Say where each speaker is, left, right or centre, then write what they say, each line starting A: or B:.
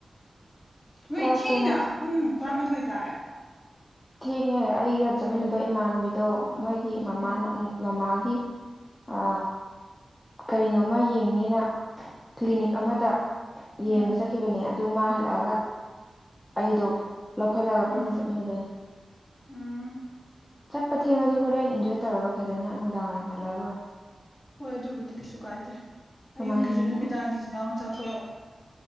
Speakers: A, on the left (about 45°); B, on the left (about 20°).
A: ꯅꯣꯏ
B: ꯆꯥꯛꯁꯦ
A: ꯏꯊꯤꯅꯤꯅ
B: ꯉ
A: ꯄꯨꯡ ꯇꯔꯥꯃꯥꯊꯣꯏ ꯇꯥꯔꯦ
B: ꯊꯦꯡꯉꯦ ꯑꯩꯒ ꯆꯠꯃꯤꯟꯅꯗꯣꯏ ꯏꯃꯥꯟꯅꯕꯤꯗꯣ ꯃꯣꯏꯒꯤ ꯃꯃꯥꯅ
A: ꯎꯝ
B: ꯃꯃꯥꯒꯤ ꯑ ꯀꯔꯤꯅꯣꯃ ꯌꯦꯡꯅꯤꯅ ꯀ꯭ꯂꯤꯅꯤꯛ ꯑꯃꯗ ꯌꯦꯡꯕ
A: ꯎꯝ
B: ꯆꯠꯈꯤꯕꯅꯦ ꯑꯗꯨ ꯃꯥꯥꯡ ꯍꯜꯂꯛꯑꯒ ꯑꯩꯗꯣ ꯂꯧꯈꯠꯂꯒ
A: ꯎꯝ
B: ꯄꯨꯟꯅ ꯆꯠꯃꯤꯟꯅꯗꯣꯏꯅꯤ
A: ꯎꯝ
B: ꯆꯠꯄ ꯊꯦꯡꯉꯁꯨ ꯍꯣꯔꯦꯟ ꯏꯟꯖꯣꯏ ꯇꯧꯔꯒ ꯐꯖꯅ ꯅꯨꯡꯗꯥꯡꯔꯝ ꯍꯜꯂꯜꯂꯔꯦ
A: ꯍꯣꯏ ꯑꯗꯨꯕꯨꯗꯤ ꯀꯩꯁꯨ ꯀꯥꯏꯗꯦ
B: ꯅꯣꯡꯃꯥꯏꯖꯤꯡꯅꯤꯅ
A: ꯑꯌꯨꯛꯀꯤꯁꯨ ꯅꯨꯃꯤꯗꯥꯡꯒꯤꯁꯨ ꯌꯥꯎꯅ ꯆꯥꯊꯣꯔꯛꯑꯣ